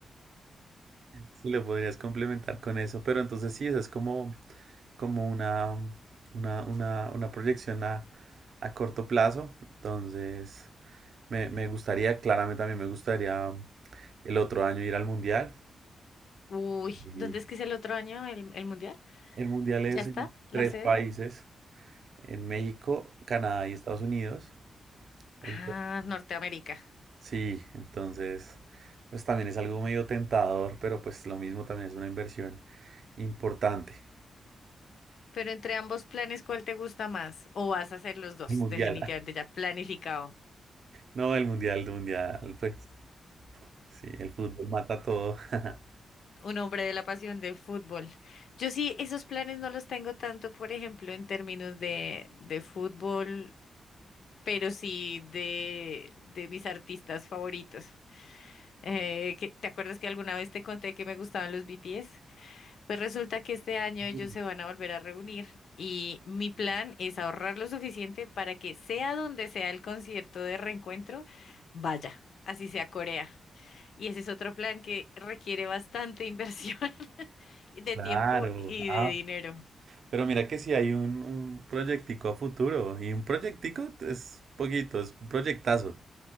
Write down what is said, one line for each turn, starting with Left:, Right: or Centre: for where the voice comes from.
Right: Sí, lo podrías complementar con eso, pero entonces sí, esa es como, como una, una, una, una proyección a, a corto plazo. Entonces, me, me gustaría, claramente a mí me gustaría el otro año ir al Mundial.
Left: Uy,
Right: Y
Left: ¿dónde es que es el otro año el, el mundial?
Right: el Mundial es
Left: ¿Ya está
Right: en
Left: la
Right: tres
Left: sede?
Right: países, en México, Canadá y Estados Unidos. Entonces,
Left: Ah, Norteamérica.
Right: sí, entonces, pues también es algo medio tentador, pero pues lo mismo también es una inversión importante.
Left: Pero entre ambos planes, ¿cuál te gusta más? ¿O vas a hacer los dos?
Right: El Mundial.
Left: Definitivamente ya planificado.
Right: No, el mundial, el mundial, pues sí, el fútbol mata todo. <laughs>
Left: Un hombre de la pasión del fútbol. Yo sí, esos planes no los tengo tanto, por ejemplo, en términos de, de fútbol, pero sí de, de mis artistas favoritos. Eh, que- ¿te acuerdas que alguna vez te conté que me gustaban los BTS? Pues resulta que este año
Right: Mm.
Left: ellos se van a volver a reunir y mi plan es ahorrar lo suficiente para que sea donde sea el concierto de reencuentro, vaya, así sea Corea. Y ese es otro plan que requiere bastante inversión <laughs> de
Right: Claro.
Left: tiempo y
Right: Ah,
Left: de dinero.
Right: pero mira que si hay un, un proyectico a futuro y un proyectico es poquito, es un proyectazo.